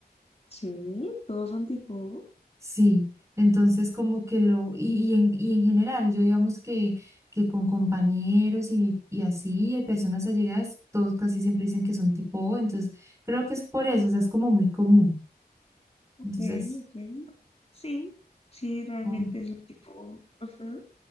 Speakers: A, on the left; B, on the right.
A: sí, todos son tipo O.
B: Sí, entonces como que lo, y, y, en, y en general, yo digamos que, que con compañeros y, y así, eh, personas allegadas, todos casi siempre dicen que son tipo O, entonces creo que es por eso, o sea, es como muy común.
A: Ok,
B: Entonces,
A: ok. Sí, sí, realmente
B: ok.
A: es lo tipo. ajá.